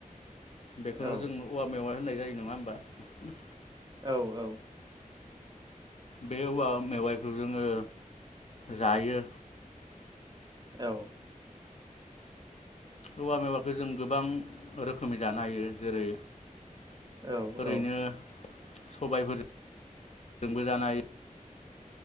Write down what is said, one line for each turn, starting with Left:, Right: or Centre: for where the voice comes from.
Left: बेखौनो
Right: औ
Left: जों औवा मेवा होननाय जायो। नङा होमबा।
Right: औ औ
Left: बे औवा मेवाइखौ जोङो जायो।
Right: औ
Left: औवा मेवाखौ जों गोबां रोखोमनि जानो हायो जेरै
Right: औ
Left: ओरैनो
Right: औ
Left: सबायफोरजोंबो जानो हायो।